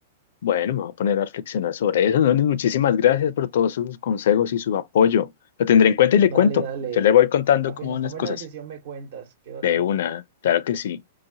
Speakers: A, on the left; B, on the right.
A: Bueno, me voy a poner a reflexionar sobre eso. Donis, muchísimas gracias por todos sus consejos y su apoyo. Lo tendré en cuenta y le
B: Dale,
A: cuento.
B: dale.
A: Yo le voy contando
B: Apenas
A: cómo van
B: tomes
A: las cosas.
B: la decisión, me cuentas. Quedo atento.
A: De una, claro que sí.